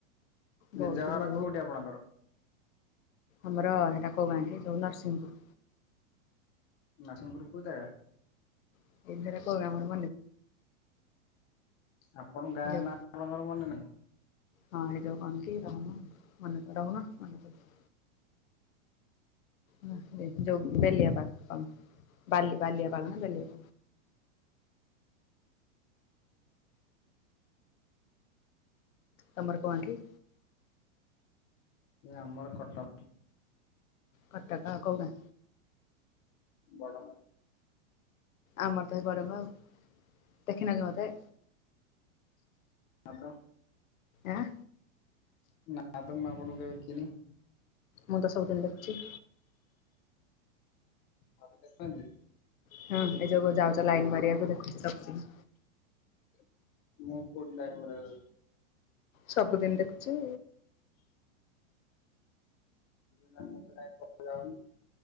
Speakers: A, on the left; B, on the left.
A: ବୌଦ୍ଧରୁ
B: ନିଜ ଘର କୋଉଠି ଆପଣଙ୍କର?
A: ଆମର ଏଇଟା କୋଉ ଗାଁଟି ଯୋଉ ନରସିଂହପୁର।
B: ନରସିଂପୁର କଉ ଜାଗା?
A: <unintelligible>
B: ଆପଣ ଗାଁ
A: ଏ ଯୋଉ
B: ନାଙ୍କର ମନେ ନାହିଁ।
A: ହଁ ଏଇଯ କଣ କି ରହୁନ ମନେ କର ରହୁନ ମନେ କର ହ ଯଉ ବେଲିଆ ପାଳ କଣ ବାଲି ବାଲିଆ ପାଳ ନା ବେଲିଆ ତମର କ ଆ କି?
B: ଆମର କଟକ।
A: କଟା କା କଉ ଗାଁ?
B: ବଡ଼ବର।
A: ଆମର ତ ଗରଙ୍ଗ ଆଉ ଦେଖିନ କି ମୋତେ?
B: ତ
A: ଆଁ।
B: ନାଁ ତ ଅପଣଙ୍କୁ କେବେ ଦେଖିନି?
A: ମୁଁ ତ ସବୁଦିନ ଦେଖୁଛି।
B: ମତେ ଦେଖନ୍ତି।
A: ହଁ ଏଜବ ଯାଉଛ ଲାଇନ ମାରିଆକୁ ଦେଖୁ ଚି ସବୁଦିନ।
B: ମୁଁ କୋଉଠି ଲାଇନ୍ ମାରି ଆ କୁ
A: ସବୁଦିନ ଦେଖୁଛି।
B: <unintelligible>